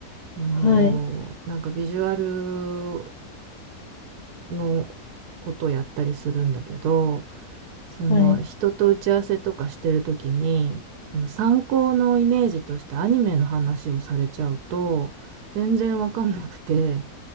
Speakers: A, on the right; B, on the left.
A: あの、
B: はい。
A: なんかビジュアルのことをやったりするんだけど、その人と打ち合わせとかしてるときに、
B: はい。
A: その参考のイメージとしてアニメの話をされちゃうと、全然わかんなくて、